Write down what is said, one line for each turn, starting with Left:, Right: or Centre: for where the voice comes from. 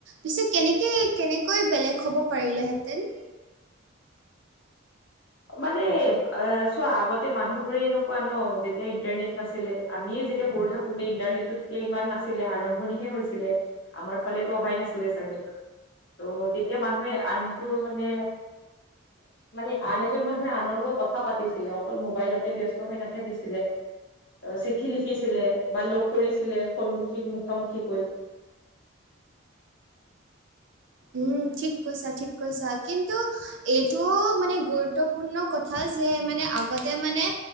Right: পিছে কেনেকৈ কেনেকৈ বেলেগ হ'ব পাৰিলেহেঁতেন?
Left: মানে অ চোৱা আগতে মানুহ বোৰে এনেকুৱা ন যেতিয়া ইণ্টাৰনেট নাছিলে, আমিয়ে যেতিয়া সৰু থাকো ন্ত ইণ্টাৰনেটটো তেতিয়া ইমান নাছিলে, আৰম্ভণিহে হৈছিলে। আমাৰ ফালেতো অহাই নাছিলে চাগে। ত' তেতিয়া মানুহে আনটো মানে মানে, আন এজন মানুহে আনৰ লগত কথা পাতিছিলে, অকল মোবাইলতে ব্যস্ত হৈ নাথাকিছিলে। চিঠি লিখিছিলে বা লগ কৰিছিলে সন্মুখী মুখামুখিকৈ।
Right: উম, ঠিক কৈছা ঠিক কৈছা। কিন্তু এইটো মানে গুৰুত্বপূৰ্ণ কথা যে মানে আগতে মানে